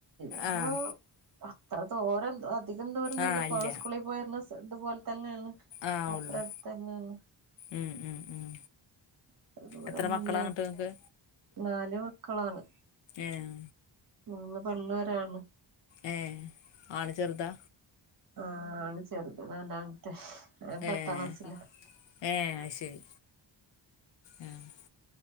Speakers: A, on the right (about 45°); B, on the left (about 70°).
A: ഇപ്പൊ
B: ആഹ്
A: അത്ര തോരം അധികം ദൂരന്നല്ല
B: ആഹ്
A: ഇപ്പോള്
B: ഇല്ല
A: സ്കൂളിൽ പോയിരുന്ന ഇത്പോലെ തന്നെയാണ്
B: ആഹ്
A: അത്ര
B: ഉള്ളു
A: അടുത്തുതന്നെയാണ്
B: ഉം ഉം ഉം
A: അത്ര ദൂരന്നില്ല
B: എത്ര മക്കളാ എന്നിട്ട് നിങ്ങക്ക്
A: നാല് മക്കളാണ്
B: ഏഹ്
A: മൂന്ന് പെണ്ണ് ഒരാണ്
B: ഏ ആണ്ചെറുതാ
A: ആ ആണ്ചെറുതാ <unintelligible> നാന അത്തെേ പത്താം
B: ഏഹ്
A: ക്ലാസിലാ
B: ഏഹ് അത് ശരി ഏഹ്